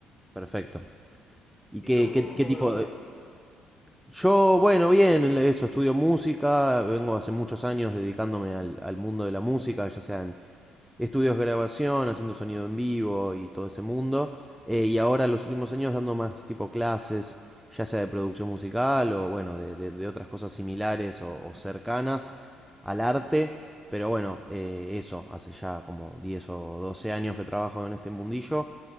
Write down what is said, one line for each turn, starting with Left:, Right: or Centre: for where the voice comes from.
Centre: Perfecto. ¿Y
Left: ¿Y
Centre: qué,
Left: tú, cómo,
Centre: qué, qué
Left: cómo
Centre: tipo
Left: lo vas?
Centre: de... Yo, bueno, bien, eso, estudio música, vengo hace muchos años dedicándome al, al mundo de la música, ya sean estudios de grabación, haciendo sonido en vivo y todo ese mundo, eh, y ahora los últimos años dando más tipo clases, ya sea de producción musical o bueno, de, de- de otras cosas similares o, o cercanas al arte, pero bueno, eh, eso, hace ya como 10 o 12 años que trabajo en este mundillo